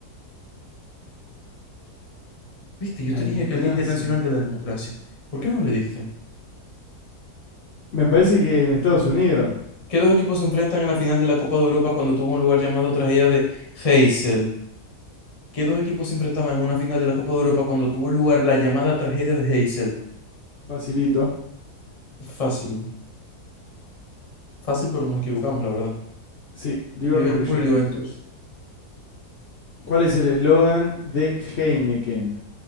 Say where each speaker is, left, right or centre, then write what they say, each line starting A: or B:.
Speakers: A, on the left; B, on the left.
A: Viste, yo
B: La
A: te
B: democracia.
A: dije que el Día Internacional de la Democracia. ¿Por qué no le diste?
B: Me parece que en Estados Unidos,
A: ¿Qué dos equipos se enfrentan en la final de la Copa de Europa cuando tuvo un lugar llamado tragedia de Heysel? ¿Qué dos equipos se enfrentaban en una final de la Copa de Europa cuando tuvo lugar la llamada tragedia de Heysel?
B: facilito.
A: Fácil. Fácil, pero nos equivocamos, la verdad.
B: Sí, Liverpool
A: Liverpool
B: y Juventus.
A: y Juventus.
B: ¿Cuál es el eslogan de Heineken?